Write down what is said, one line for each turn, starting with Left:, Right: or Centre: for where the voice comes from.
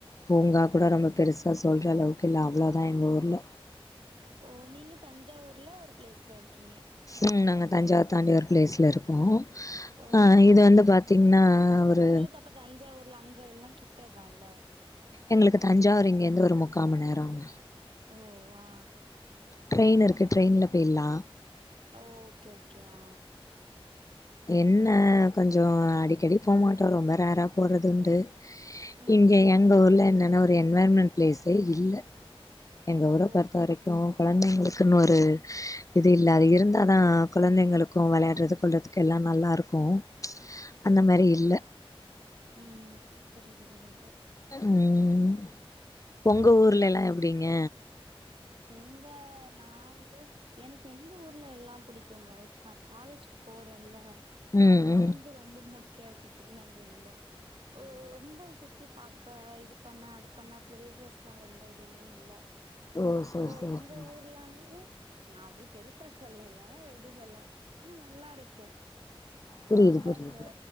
Left: பூங்கா கூட ரொம்ப பெருசா சொல்ற அளவுக்கு இல்ல அவ்ளோதா எங்க ஊர்ல
Right: ஓ நீங்க தஞ்சாவூர்ல ஒரு பிளேஸ்ல இருக்கீங்க
Left: ம் நாங்க தஞ்சாவூர் தாண்டி ஒரு பிளேஸ்ல இருக்கோ
Right: ஓ
Left: ஆ
Right: ஓகே
Left: இது
Right: ஓகே
Left: வந்து பாத்தீங்ன்னா ஒரு
Right: உங்களுக்கு அப்ப தஞ்சாவூர்ல அங்க எல்லா கிட்டதால்ல
Left: எங்களுக்கு தஞ்சாவூர் இங்க இருந்து ஒரு முக்காம மண் நேரங்க
Right: ஓ ஆ
Left: ட்ரெயின் இருக்கு ட்ரெயின்ல போயிலா
Right: ஓ ஓகே ஓகே ஆ
Left: என்ன கொஞ்சோ அடிக்கடி போமாட்டோ ரொம்ப ரேரா போறது உண்டு
Right: ம்
Left: இங்க எங்க ஊர்ல என்னன்னா ஒரு என்வேர்மென்ட் பிளேஸே இல்ல எங்க ஊர
Right: ஓ
Left: பொறுத்த வரைக்கு கொழந்தைங்களுக் குன் ஒரு இது இல்ல அது இருந்தா தா குழந்தைங்களுக்கு விளையாடுறது கொல்றது கெல்லா நல்லா இருக்கு
Right: ம்
Left: அந்த மாறி இல்ல
Right: ம் புரியுது புரியுது
Left: ம் ஒங்க ஊர்ல எல்லா எப் ப்டிங்க
Right: இங்க நா வந்து எனக்கு எங்க ஊர்ல எல்லா புடிக்குங்க இப்ப நா காலேஜ்கு போறேல
Left: ம்
Right: அங்க
Left: ம்
Right: வந்து ரொம்ப மொக்கையா இருக்கு திருநெல்வேலியில ஓ ரொம்ப சுத்தி பாக் க இது பண்ண அது பண்ண பிளேசஸ்லா ரொம்ப எதுவுமே இல்ல
Left: ஓ சேரி
Right: இப்போ
Left: சேரி
Right: எங்க
Left: சேரி
Right: ஊர்லனயு நா அப்டி பெருசா சொல்லல எப்டி சொல்ல ஆனா நல்லா இருக்கு
Left: புரியுது
Right: ரொம்ப
Left: புரியுது
Right: அ